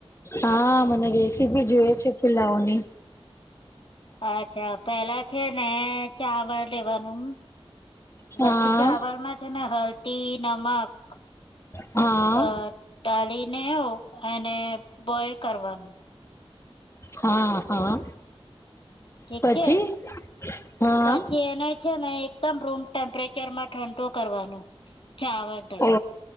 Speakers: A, on the left; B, on the left.
A: હા મને રેસીપી જોય છે પુલાઓ ની.
B: અચ્છા પેલા છે ને ચાવલ લેવાનું.
A: હા
B: પછી ચાવલમાં છે ને હળદી નમક
A: હા
B: અ. ગાળીને એને બોઈલ કરવાનું.
A: હા હા
B: ઠીક
A: પછી
B: છે
A: હા.
B: પછી એને છે ને એકદમ રૂમ ટેમ્પરેચરમાં ઠંડુ કરવાનું. ચાવર દઈ
A: ઓ